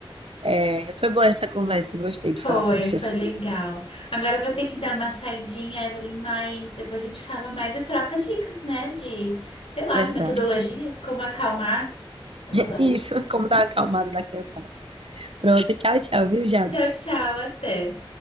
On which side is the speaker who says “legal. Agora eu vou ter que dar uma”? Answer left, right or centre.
Left